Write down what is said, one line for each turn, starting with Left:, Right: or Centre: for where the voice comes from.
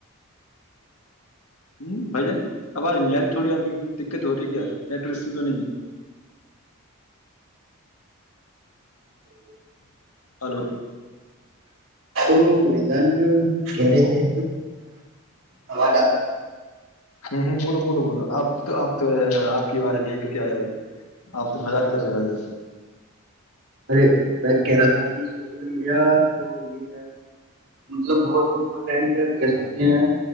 Left: ہ بھ جان آواز نہیں آ رہ تھوڑی آپ کی دقت ہو رہی کیا نیٹسو تو نہیں ہے
Right: ج ج ہے <inaudible> <unintelligible>
Left: ہلو
Right: تو بھائی جان کہہ رہے تھے ہماد
Left: ہوں ہوں بولو بولو بولو اب تو آپ تو آپ کی بار کیا آپ تو مزاد کر رہے ہیں م
Right: ارے ب کہہ رہا تھا کہ سوشل میڈیا تو یہ ہے مطلب بہت امپورٹینٹ کہہ سکتے ہیں